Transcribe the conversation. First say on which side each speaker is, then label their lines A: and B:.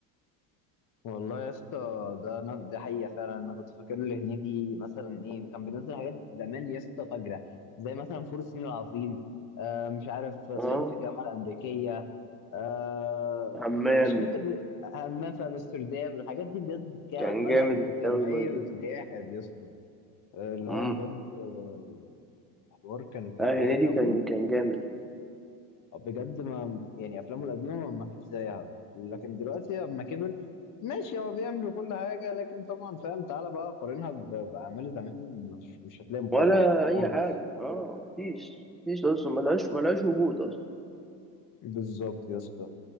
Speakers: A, on the left; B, in the centre.
A: والله يا اسطى ده انا ده حقيقه فعلا انا كنت فاكر له هنيدي مثلا ايه كان بينزل حاجات زمان يا اسطى فجره زي مثلا فول الصين العظيم آه مش عارف صعيدي
B: اه
A: في الجامعه الامريكيه آه
B: حمام
A: مش فاكر همام في امستردام الحاجات دي بجد كان
B: كان
A: عملها
B: جامد
A: بتميز
B: قوي برضه
A: جاحد يا اسطى آه، اللي
B: امم
A: هو بجد آه، حوار كان كان
B: اه
A: رايق
B: هنيدي
A: قوي
B: كان كان جامد
A: بجد ما يعني افلامه القديمه ما ما فيش زيها لكن دلوقتي اما كبر ماشي هو بيعمل كل حاجه لكن طبعا فاهم تعالى بقى قارنها ب- باعمال زمان مش مش هتلاقي مقارنه
B: ولا اي
A: خالص
B: حاجة اه مفيش مفيش اصلا ملهاش ملهاش وجود اصلا
A: بالظبط يا اسطى